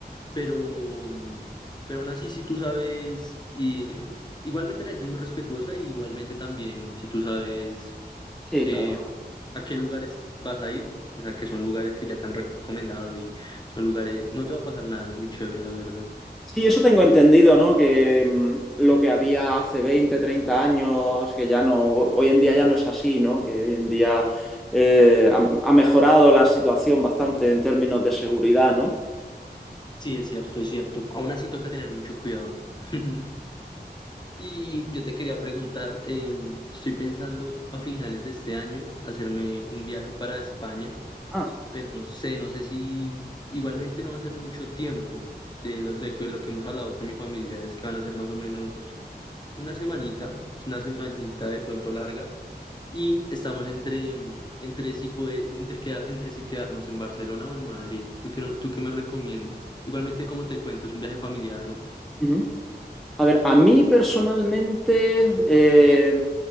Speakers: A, on the left (about 25°); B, in the centre.
A: pero, mm, pero aún así si tú sabes, y, igualmente la gente es muy respetuosa y igualmente también si tú sabes
B: Sí,
A: que
B: claro.
A: a qué lugares vas a ir, o sea que son lugares que ya te han recomendado y son lugares, no te va a pasar nada, es muy chévere la verdad.
B: Sí, eso tengo entendido, ¿no? Que mm, lo que había hace 20, 30 años, que ya no, hoy en día ya no es así, ¿no? Que hoy en día eh, ha, ha mejorado la situación bastante en términos de seguridad, ¿no?
A: Sí, es cierto, es cierto. Aún así toca tener mucho cuidado. <laughs> Y yo te quería preguntar, em, estoy pensando a finales de este año hacerme un viaje para España
B: Ah,
A: pero no sé, no sé si igualmente no va a ser mucho tiempo. De lo, de que- lo que hemos hablado con mi familia es que van a ser más o menos una semanita, pues, una semanita de pronto larga, y estamos entre, mm, entre si puede- entre quedar, entre si quedarnos en Barcelona o en Madrid. ¿Tú qué, no- tú qué me recomiendas? Igualmente, como te cuento, es un viaje familiar, ¿no?
B: ujú. A ver, a mí personalmente eh,